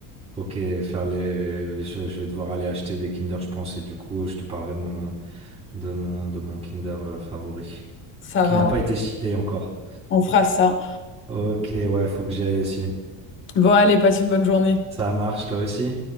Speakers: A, on the right; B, on the left.
A: Ok, faire les... je, je vais devoir aller acheter des Kinder, je pense, et du coup, je te parlerai de mon, de mon, de mon Kinder euh, favori,
B: Ça
A: qui
B: va,
A: n'a pas été cité encore.
B: on fera ça.
A: Ok, ouais, faut que j'y aille aussi.
B: Bon, allez, passe une bonne journée.
A: Ça marche, toi aussi?